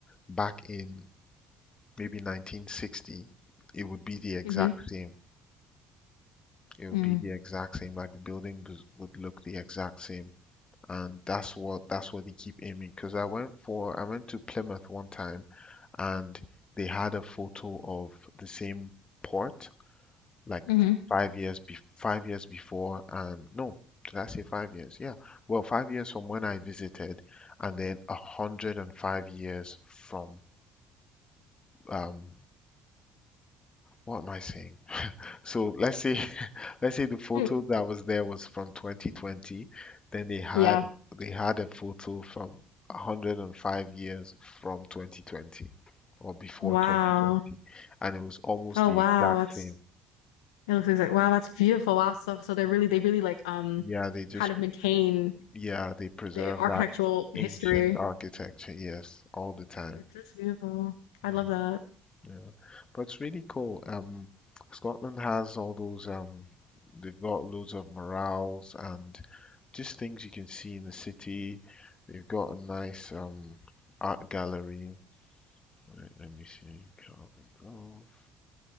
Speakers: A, on the left (about 30°); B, on the left (about 85°).
A: back in maybe 1960, it would be the exact
B: Mm-hmm.
A: same. It would
B: Mm.
A: be the exact same. Like the building was, would look the exact same. And that's what that's what they keep aiming. Because I went for I went to Plymouth one time, and they had a photo of the same port like
B: Mm-hmm.
A: five years be five years before. And no, did I say five years? Yeah. Well, five years from when I visited, and then a hundred and five years from um, what am I saying? So let's say <laughs> let's say the photo
B: Mm.
A: that was there was from 2020, then they had
B: Yeah.
A: they had a photo from 105 years from 2020 or before
B: Wow.
A: 2020 and it was almost
B: Oh
A: the
B: wow,
A: exact
B: that's
A: same.
B: it looks like wow, that's beautiful. Wow, so so they really they really like um
A: Yeah, they just
B: kind of maintain
A: yeah, they preserve
B: the architectural
A: that ancient
B: history.
A: architecture, yes, all the time.
B: That's beautiful. I love
A: Yeah,
B: that.
A: yeah. But it's really cool. Um, Scotland has all those um they've got loads of murals and just things you can see in the city. They've got a nice um, art gallery. Wait, let me see, Calvin Grove.